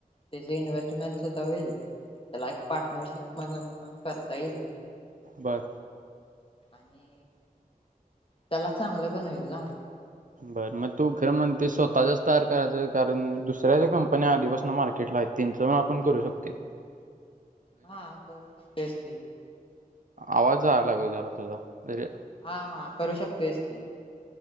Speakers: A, on the left; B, on the right.
A: त्याची इन्वेस्ट मेंटसुद्धा होईल, त्याला एक पार्टनरशिप म्हणून पण करता येईल
B: बर
A: आणि त्याला चांगलं बनवेल ना
B: बरं मग तू खरं म्हणते स्वतःचाच तयार करायचं कारण दुसऱ्या ज्या कंपन्या आधीपासून मार्केटला आहे त्यांचं पण आपण करू शकतोय.
A: हा करू शकतो, तेच की
B: आवाज जायला लागला जरा तुझा, तरी
A: हा हा करू शकतो हेच की